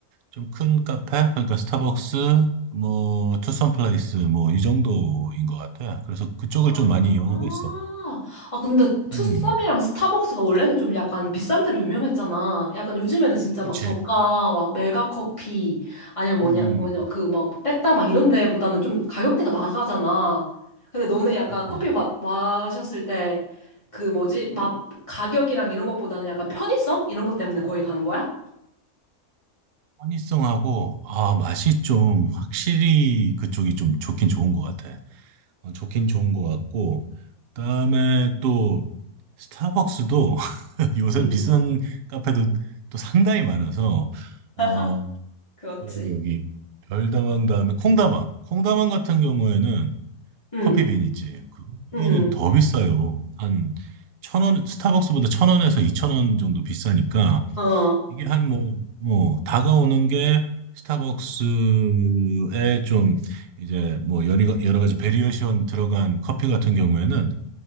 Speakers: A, on the right; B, on the left.
A: 좀 큰 카페 그러니까 스타벅스 뭐 투썸 플레이스 뭐 이 정도인 것 같아. 그래서 그쪽을
B: 아,
A: 좀 많이 이용하고 있어.
B: 아, 근데 투썸이랑
A: 음,
B: 스타벅스가 원래는 좀 약간 비싼 데로 유명했잖아. 약간 요즘에는 진짜
A: 그렇지.
B: 막 저가, 막 메가 커피, 아니면 뭐냐,
A: 음,
B: 뭐냐, 그 막 빽다방 이런 데보다는 좀 가격대가 나가잖아. 근데 너는 약간
A: 그렇지.
B: 커피 마, 마셨을 때 그 뭐지, 맛, 가격이랑 이런 것보다는 약간 편의성? 이런 것 때문에 거기 가는 거야?
A: 허니송하고 아 맛이 좀 확실히 그쪽이 좀 좋긴 좋은 것 같아. 어, 좋긴 좋은 것 같고 그다음에 또 스타벅스도 <laughs> 요새는
B: 음.
A: 비싼 카페도 또 상당히 많아서 어,
B: <laughs> 그렇지.
A: 또 여기 별다방 다음에 콩다방 콩다방 같은 경우에는
B: 응,
A: 커피빈 있지.
B: 응,
A: 거기는 더 비싸요. 한 천 원, 스타벅스보다 천 원에서 이천 원 정도 비싸니까
B: 응. 어. 어.
A: 이게 한 뭐, 뭐, 다가오는 게 스타벅스에 좀 이제 뭐 여러, 여러 가지 베리에이션 들어간 커피 같은 경우에는